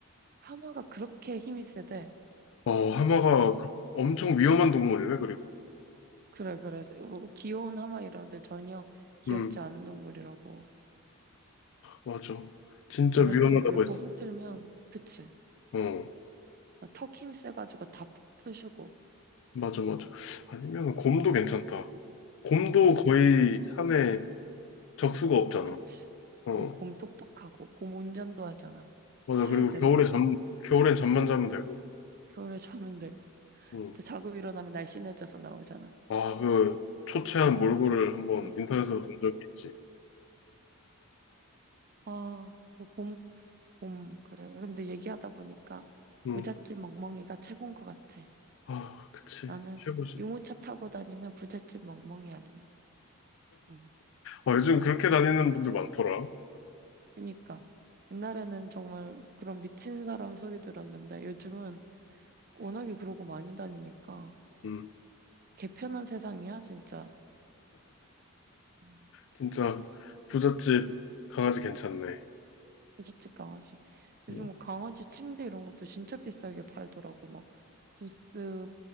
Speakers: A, on the right; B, on the left.
A: 하마가 그렇게 힘이 세대.
B: 어, 하마가 엄청 위험한 동물이래, 그리고.
A: 그래 그래. 뭐 귀여운 하마 이러는데 전혀 귀엽지
B: 음,
A: 않은 동물이라고.
B: 맞아. 진짜
A: 걔네
B: 위험하다고
A: 한번 물고
B: 했어.
A: 흔들면 그치.
B: 어,
A: 턱힘 세가지고 다 푸시고.
B: 맞아, 맞아. 아니면 곰도
A: 응.
B: 괜찮다. 곰도
A: 고마워.
B: 거의 산에 적수가 없잖아.
A: 아, 그치. 그리고
B: 어,
A: 곰 똑똑하고, 곰 운전도 하잖아.
B: 맞아.
A: 차에
B: 그리고
A: 들어가고
B: 겨울에 잠,
A: 막,
B: 겨울엔 잠만 자면 되고.
A: 겨울에 자면 되고.
B: 음.
A: 그때 자고 일어나면 날씬해져서 나오잖아.
B: 아, 그 초췌한
A: 응,
B: 몰골을 한번
A: 응.
B: 인터넷에서 본 적이 있지.
A: 아, 그 곰, 곰, 그래. 근데 얘기하다 보니까
B: 음.
A: 부잣집 멍멍이가 최고인 것 같아.
B: 아, 그치.
A: 나는
B: 최고지.
A: 유모차 타고 다니는 부잣집 멍멍이 할래. 응.
B: 아, 요즘 그렇게 다니는 분들 많더라.
A: 그니까. 옛날에는 정말 그런 미친 사람 소리 들었는데 요즘은 워낙에 그러고 많이 다니니까
B: 음.
A: 개편한 세상이야, 진짜. 응.
B: 진짜 부잣집 강아지 괜찮네.
A: 부잣집 강아지. 요즘
B: 음.
A: 뭐 강아지 침대 이런 것도 진짜 비싸게 팔더라고. 막 구스